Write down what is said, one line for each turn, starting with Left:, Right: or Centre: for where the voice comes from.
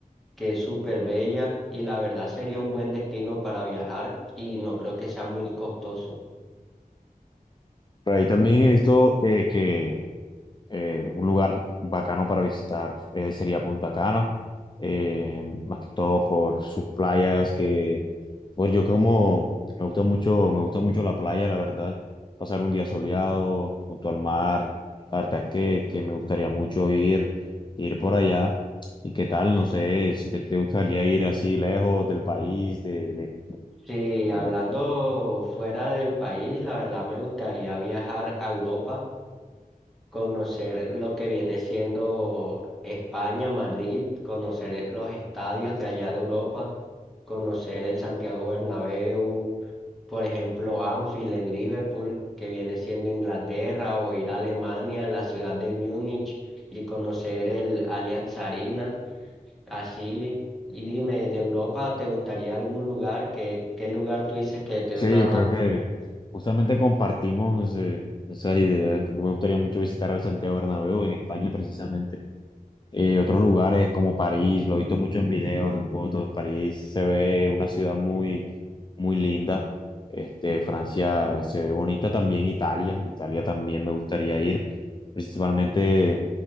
Centre: que es súper bella, y la verdad sería un buen destino para viajar, y no creo que sea muy costoso.
Left: Por ahí también he visto eh, que eh, un lugar bacano para visitar eh, sería Punta Cana, eh, más que todo por sus playas, que pues yo como me gusta mucho, me gusta mucho la playa, la verdad, pasar un día soleado junto al mar, la verdad es que, que me gustaría mucho ir, ir por allá. ¿Y qué tal? No sé, si te, te gustaría ir así lejos del país, de,
Centre: Sí,
Left: de,
Centre: hablando fuera del país, la verdad me gustaría viajar a Europa. conocer lo que viene siendo España, Madrid, conocer los estadios de allá de Europa, conocer el Santiago Bernabéu, por ejemplo, Anfield en Liverpool, que viene siendo Inglaterra, o ir a Alemania, a la ciudad de Múnich y conocer el Allianz Arena, así. Y dime, ¿de Europa te gustaría algún lugar? ¿Qué, qué lugar tú dices que te
Left: Sí,
Centre: gusta bastante?
Left: yo creo que justamente compartimos ese- esas ideas. Creo que me gustaría mucho visitar al Santiago Bernabéu en España precisamente. Eh, otros lugares como París, lo he visto mucho en videos, en fotos. París se ve una ciudad muy, muy linda. Este, Francia se ve bonita también, Italia. Italia también me gustaría ir, principalmente